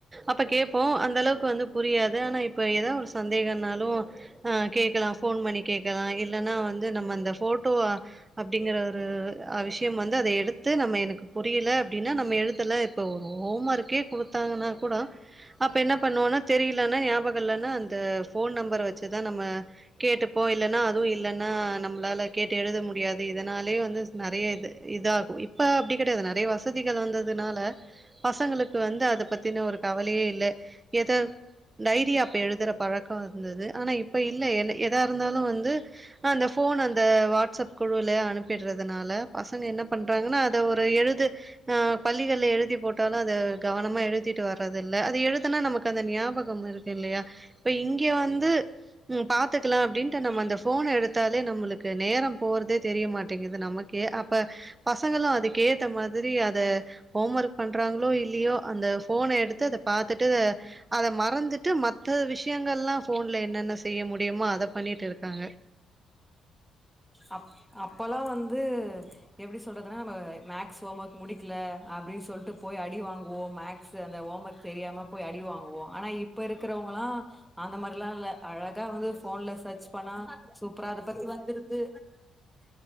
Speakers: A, on the right (about 20°); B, in the centre.
A: அப்ப கேப்போ அந்தளவுக்கு வந்து புரியாது ஆனா இப்ப எதா ஒரு சந்தேகன்னாலு அ கேக்கலா ஃபோன் பண்ணி கேக்கலா இல்லன்னா வந்து நம்ம அந்த ஃபோட்டோவா அப்டிங்கற ஒரு அ விஷ்யம் வந்து அத எடுத்து நம்ம எனக்கு புரியில அப்டின்னா நம்ம எழுதல இப்ப ஒரு ஹோம் ஒர்க்கே குடுத்தாங்கனா கூட அப்ப என்ன பண்ணுவோனா தெரியிலனா ஞாபகோ இல்லன்னா அந்த ஃபோன் நம்பர் வச்சுதா நம்ம கேட்டுப்போ இல்லனா அதுவு இல்ல னா நம்ளால கேட்டு எழுத முடியாது இதனாலே வந்து நெறைய இது இதாகு இப்ப அப்டி கெடையாது நெறைய வசதிகள் வந்ததுனால பசங்களுக்கு வந்து அத பத்தின ஒரு கவலையே இல்ல எதோ டைரியா அப்ப எழுதுற பழக்கோ இருந்தது ஆனா இப்ப இல்ல என்ன எதா இருந்தாலு வந்து அந்த ஃபோனு அந்த வாட்ஸ்அப் குழுவிலயே அனுப்பிடுறதுனால பசங்க என்ன பண்றாங்கன்னா அத ஒரு எழுது னா பள்ளிகள்ல எழுதி போட்டாலு அத கவனமா எழுதிட்டு வர்றது இல்ல அத எழுதுனா நமக்கு அந்த ஞாபகம் இரு இல்லையா இப்ப இங்க வந்து ம் பாத்துக்கலா அப்டின்னுட்டு நம்ம அந்த ஃபோனை எடுத் த்தாலே நம்மளுக்கு நேரோ போறதே தெரிய மாட்டேங்குது நமக்கே அப்ப பசங்களு அதுக்கு ஏத்த மாதிரி அத ஹோம் ஒர்க் பண்றாங்களோ இல்லீயோ அந்த ஃபோன எடுத்து அத பாத்துட்டு அத மறந்துட்டு மற்ற விஷயங்கள்லா ஃபோன்ல என்னென்ன செய்ய முடியுமோ அத பண்ணிட்டு இருக்காங்க
B: அப் அப்பல்லா வந்து எப்டி சொல்றதுனா நம்ம மேக்ஸ் ஹோம் ஒர்க் முடிக்கல அப்டின்னு சொல்ட்டு போய் அடி வாங்குவோ மேக் ஸ் அந்த ஹோம் ஒர்க் தெரியாம போய் அடிவாங்குவோ ஆன இப் இப்ப இருக்கிறவுங்காலா அந்த மாரிலா இல்ல அழகா வந்து ஃபோன்ல சர் ச்சு பண்ணா சூப்பரா அத பத்தி வந்துருது